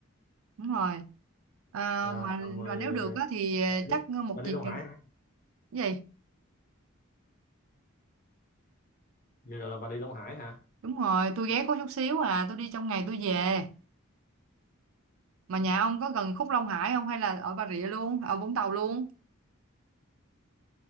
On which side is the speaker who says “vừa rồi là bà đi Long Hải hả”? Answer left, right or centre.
Left